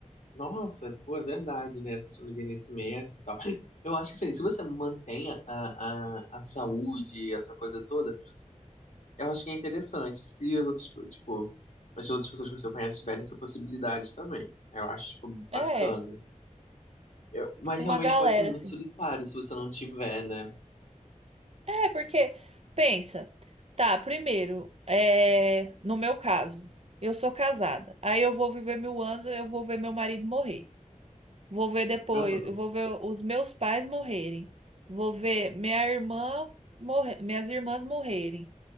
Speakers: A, on the left; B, on the right.
A: Nossa, pô, é verdade, né? Essa questão do envelhecimento e tal. Eu acho que assim, se você mantém a, a, a saúde, essa coisa toda. eu acho que é interessante se as outras, tipo, as outras pessoas que você conhece tiverem essa possibilidade também. Eu acho, tipo,
B: É,
A: bacana. Eu- mas
B: tipo
A: realmente
B: uma galera,
A: pode ser muito
B: assim.
A: solitário se você não tiver, né?
B: É, porque, pensa, tá, primeiro, é, no meu caso, eu sou casada. Aí eu vou viver mil anos, eu vou ver meu marido morrer. Vou ver depois,
A: Uhum.
B: eu vou ver os meus pais morrerem. Vou ver minha irmã morrer, minhas irmãs morrerem.